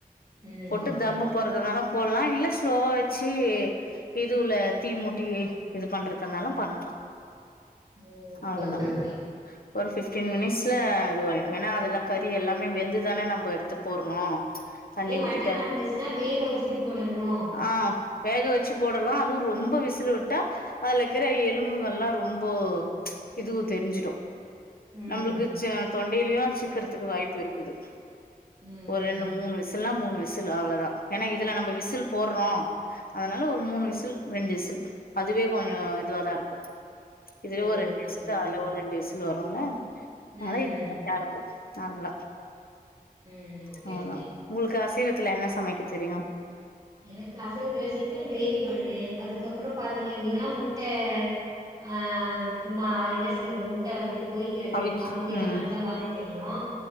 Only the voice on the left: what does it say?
போட்டு
தம்மு
போற துனாலு போடலா இல்ல ஸ்லோவா வச்சி இதுவுல தீ மூட்டி இது பண்றதுனாலு பண்ணலா
அவ்ளோதா
ஒரு சிக்ஸ்டின் மினிட்ஸ்ல இதுவாயிடு ஏனா அதெல்லா கறி எல்லாமே வெந்துதான நம்ம எடுத்து போடுறோ தண்ணி
ஊத்திட்டு
அதுக்கப்
ஆ வேக வச்சு போடலா அதுவு ரொம்ப விசிலு விட்டா அதுல இக்கிற எலும்புங்கல்லா ரொம்ப இதுவு தெரிஞ்சுடு
முழுக்கச்ச தொண்டையிலு சிக்கறதுக்கு வாய்ப்பு இருக்குது
ஒரு ரெண்டு மூணு விஸ் ல்லா மூணு விசிலு அவ்ளோதா ஏனா இதுல நம்ம விசில் போடுறோ அதனால ஒரு மூணு விசில் ரெண்டு விசில் அதுவே கொஞ்சோ இதுவாதா இருக்கு இதுவே
ஒரு ரெண்டு விசி
ரெண்டு விசில் வருல்ல
அதா இதுக்கு இதா இருக்கு நார்மலா
அவ்ளோதா
உங்களுக்கு அசைவத்துல என்ன சமைக்க தெரியு
அவிக்
ம்